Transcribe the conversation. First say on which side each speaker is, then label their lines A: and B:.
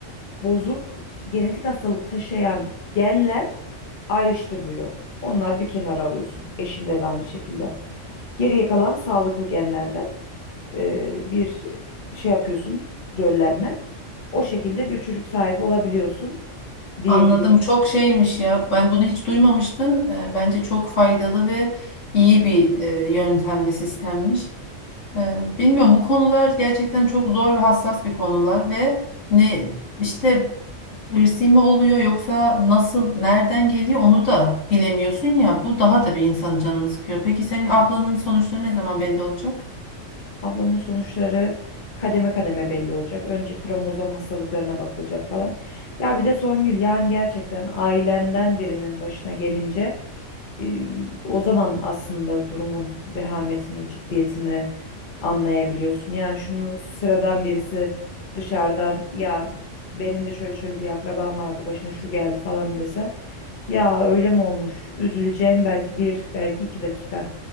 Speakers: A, on the left; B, on the left.
A: bozuk, genetik hastalık taşıyan genler ayrıştırılıyor. Onlar bir kenara alıyorsun. Eşinde de aynı şekilde. Geriye kalan sağlıklı genlerde e, bir şey yapıyorsun, döllenme. O şekilde bir çocuk sahibi olabiliyorsun diyebiliyorum.
B: Anladım. Çok şeymiş ya. Ben bunu hiç duymamıştım. Ee, Bence çok faydalı ve iyi bir e, yöntem ve sistemmiş. Ee, Bilmiyorum bu konular gerçekten çok zor ve hassas bir konular ve ne işte ırsi mi oluyor yoksa nasıl nereden geliyor onu da bilemiyorsun ya. Bu daha da bir insanın canını sıkıyor. Peki senin ablanın sonuçları ne zaman belli olacak?
A: Ablamın sonuçları kademe kademe belli olacak. Önce kromozom hastalıklarına bakılacak falan. Ya bir de Songül yani gerçekten ailenden birinin başına gelince e, o zaman aslında durumun vehametini, ciddiyetini anlayabiliyorsun. Yani şunu sıradan birisi dışarıdan ya benim de şöyle şöyle bir akrabam vardı başına şu geldi falan dese ya öyle mi olmuş? Üzüleceğin belki bir belki iki dakika.